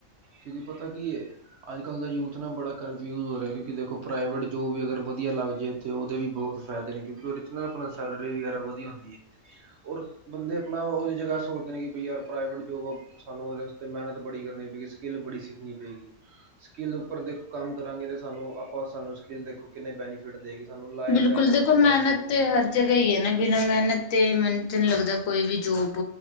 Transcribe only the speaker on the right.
ਕਿਉਂਕਿ ਪਤਾ ਕਿ ਏ ਅੱਜ- ਕੱਲ ਦਾ ਯੂਥ ਨਾ ਬੜਾ ਕਰ ਜ਼ ਹੋ ਰਿਹਾ ਕਿਉਂਕਿ ਦੇਖੋ ਪ੍ਰਾਈਵੇਟ ਜੋ ਵੀ ਅਗਰ ਵਧੀਆ ਲੱਗ ਜਾਏ ਇੱਥ ਉਹਦੇ ਵੀ ਬਹੁਤ ਫਾਇਦੇ ਨੇ ਕਿਉਂਕਿ ਆਪਣਾ ਸੈਲਰੀ ਵਗੈਰਾ ਵਧੀਆ ਹੁੰਦੀ ਹੈ। ਔਰ ਬੰਦੇ ਆਪਣਾ ਉਹਦੀ ਜਗ੍ਹਾ ਸੋਚਦੇ ਨੇ ਕਿ ਬਈ ਯਾਰ ਪ੍ਰਾਈਵੇਟ ਜੋਬ ਸਾਨੂੰ ਉਹਦੇ ਵਾਸਤੇ ਮਿਹਨਤ ਬੜੀ ਕਰਨੀ ਪਏਗੀ। ਸਕਿੱਲ ਬੜੀ ਸਿੱਖਣੀ ਪਏਗੀ ਸਕਿੱਲ ਉੱਪਰ ਦੇਖੋ ਕੰਮ ਕਰਾਂਗੇ ਤੇ ਸਾਨੂੰ ਆਪਾਂ ਸਾਨੂੰ ਸਕਿੱਲ ਦੇਖੋ ਕਿੰਨੇ ਬੈਨੀਫਿਟ ਦੇਗੀ ਸਾਨੂੰ ਲਾਈਫ
ਟਾਈਮ
ਵਾਸਤੇ
ਬੈਫਿਟ ਦੇਗੀ।